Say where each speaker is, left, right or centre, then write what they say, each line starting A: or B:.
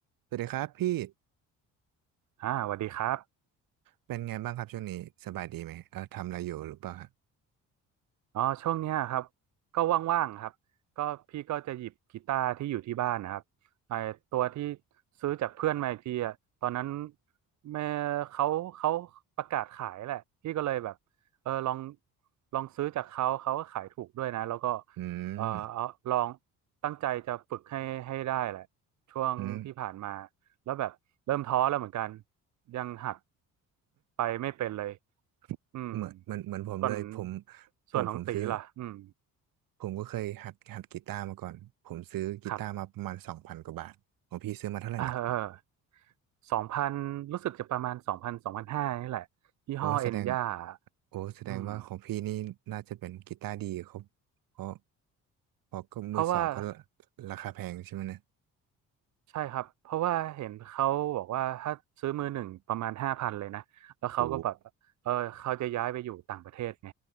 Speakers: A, on the right (about 75°); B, on the right (about 55°).
A: สวัสดีครับพี่
B: อ่าสวัสดีครับ
A: เป็นไงบ้างครับช่วงนี้สบายดีไหมเออทำอะไรอยู่หรือเปล่าฮะ
B: อ๋อช่วงเนี้ยครับ ก็ว่างๆครับก็พี่ก็จะหยิบกีตาร์ที่อยู่ที่บ้านนะครับไอตัวที่ซื้อจากเพื่อนมาอีกทีอ่ะตอนนั้นแม่เขาเขาประกาศขายแหละพี่ก็เลยแบบเออลองลองซื้อจากเขาเขาก็ขายถูกด้วยนะแล้วก็
A: อืม
B: เออเอาลองตั้งใจจะฝึกให้ให้ได้แหละช่วงที่ผ่านมา
A: อืม
B: แล้วแบบเริ่มท้อแล้วเหมือนกันยังหัดไปไม่เป็นเลย
A: <coughs>
B: อืม
A: เหมือนเหมือนเหมือนผมเลยผม
B: ส่วน
A: ผมผมซื้อ
B: ส่วนของตีล่ะอืม
A: ผมก็เคยหัดหัดกีตาร์มาก่อนผมซื้อกีตาร์มาประมาณสองพันกว่าบาทของพี่ซื้อมาเท่าไหร่นะ
B: ครับเออสองพันรู้สึกจะประมาณสองพันสองพันห้านี่แหละยี่ห้อเอ็นย่า
A: โอ้แสดงโอ้แสดงว่าของพี่นี่น่าจะเป็นกีตาร์ดีเขา
B: อืม
A: เพราะเพราะก็มือสองก็
B: เพราะว่า
A: ราคาแพงใช่ไหมเนี่ย
B: ใช่ครับเพราะว่าเห็นเขาบอกว่าถ้าซื้อมือหนึ่งประมาณห้าพันเลยนะแล้วเขาก็แบบเออเขาจะย้ายไปอยู่ต่างประเทศไง
A: โอ้